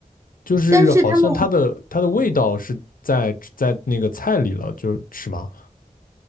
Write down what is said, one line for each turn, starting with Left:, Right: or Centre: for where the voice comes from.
Left: 就是好像它的它的味道是在在那个菜里了，
Right: 但是他们。
Left: 就是是吗？